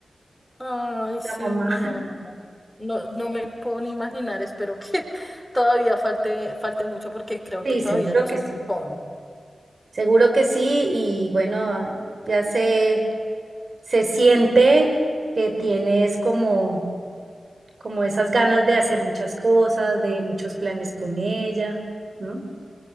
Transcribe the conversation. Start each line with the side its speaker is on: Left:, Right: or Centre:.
Centre: Ay, sí,
Right: <laughs> la mamá.
Centre: no, no, no, no. No, no me puedo ni imaginar, espero que <laughs> todavía falte, falte mucho porque creo
Right: Sí,
Centre: que todavía
Right: seguro
Centre: yo soy
Right: que sí.
Centre: muy joven.
Right: Seguro que sí. Y bueno, ya se, se siente que tienes como como esas ganas de hacer muchas cosas, de muchos planes con ella, ¿no?